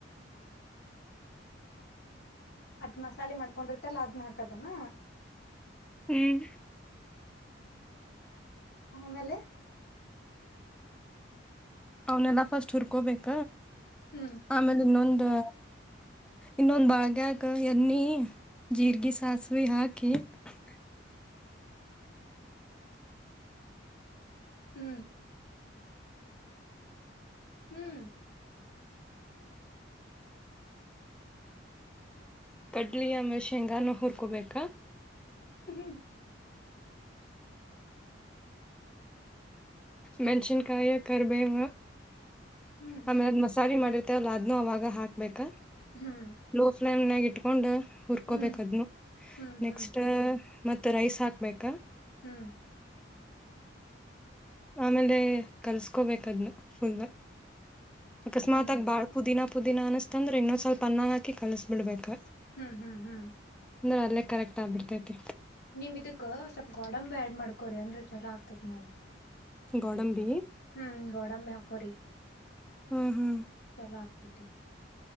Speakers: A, on the left; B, in the centre.
A: ಅದ್ ಮಸಾಲೆ ಮಾಡ್ಕೊಂಡಿರ್ತಲ್ಲ ಅದ್ನ ಹಾಕದನಾ
B: ಹ್ಮ್
A: ಆಮೇಲೆ
B: ಅವನೆಲ್ಲ ಫಸ್ಟ್ ಹುರ್ಕೋಬೇಕ
A: ಹ್ಮ್
B: ಆಮೇಲೆ ಇನ್ನೊಂದು ಇನ್ನೊಂದ ಬಾಳ್ಗಕ ಎಣ್ಣಿ ಜೀರ್ಗ ಸಾಸಿವೆ ಹಾಕಿ ಹ
A: ಹ್ಮ್ ಹ್ಮ್
B: ಕಡ್ಲಿ ಆಮೇಲೆ ಶೇಂಗಾನ ಹುರ್ಕೊಬೇಕಾ
A: ಹ್ಮ
B: ಮೆನಸಿನ್ ಕಾಯಿ ಕರಿಬೇವು
A: ಹ್ಮ್
B: ಆಮೇಲೆ ಆ ಮಸಾಲೆ ಮಾಡಿರ ಅದ ಅವಾಗ ಹಾಕ್ಬೇಕ
A: ಹ್ಮ್
B: ಲೋ ಫ್ಲೇಮ್ ನಾಗ ಇಟ್ಕೊಂಡು ಹುರ್ಕೊಬೇಕ
A: ಹ್ಮ್
B: ಅದನ್ನು
A: ಹ್ಮ್ ಹ್ಮ್
B: ನೆಕ್ಸ್ಟ್ ಮತ್ತ ರೈಸ್ ಹಾಕ್ಬೇಕ
A: ಹ್ಮ್
B: ಆಮೇಲೆ ಕಲ್ಸ್ಕೋಬೇಕ ಅದನ ಫುಲ್ಲ ಅಕಸ್ಮಾತ್ಗಿ
A: ಹ್ಮ್
B: ಬಾಳ ಪುದೀನಾ ಪುದೀ ಅನಸ್ತ ಅ್ರ ಇನ್ನೊಂದ ಸ್ವಲ್ಪ ಲ್ಪ ಅನ್ನ ಹಾಕಿ ಕಲಸ ಬಿಡ್ಬೇಕ್
A: ಹ್ಮ್ ಹ್ಮ್ ಹ್ಮ್
B: ಅಲ್ಲೇ ಕರೆಕ್ಟ್ ಆಗ್ಬಿಡ್ತೈತಿ
A: ನೀವ ಇದಕ್ ಸ್ವಲ್ಪ ಗೊಡಂಬಿ ಯಾಡ್ ಮಾಡ್ಕೊರಿ ಅಂದ್ರ ಚೊಲೋ ಆಗ್ತೇತ್ ನೋಡುರಿ
B: ಗೋಡಂಬಿ
A: ಹ್ಮ್ ಗೋಡಂಬಿ ಹಾಕೋರಿ
B: ಹ್ಮ್ ಹ್ಮ್
A: ಚಲೋ ಆಗ್ತೇತಿ